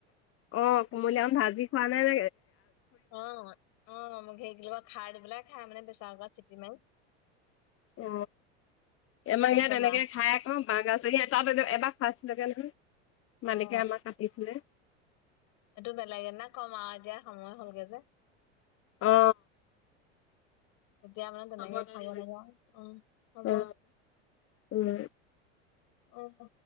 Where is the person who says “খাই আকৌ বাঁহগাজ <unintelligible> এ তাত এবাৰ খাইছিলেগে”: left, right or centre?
Left